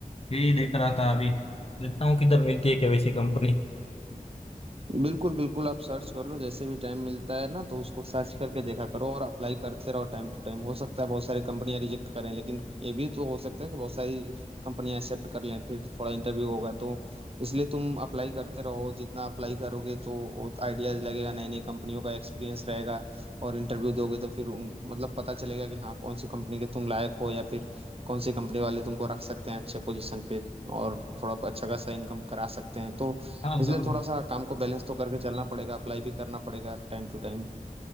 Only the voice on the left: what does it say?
यही देख रहा था अभी देखता हूँ किधर मिलती है क्या वैसी कंपनी
हाँ
जरूर